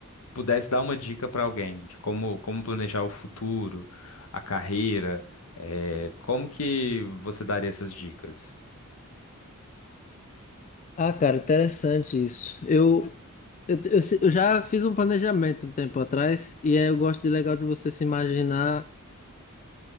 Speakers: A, on the left; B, on the left.
A: pudesse dar uma dica para alguém de como como planejar o futuro, a carreira, eh, como que você daria essas dicas?
B: Ah, cara, interessante isso. Eu Eu, eu, se- eu já fiz um planejamento um tempo atrás, e aí eu gosto de legal de você se imaginar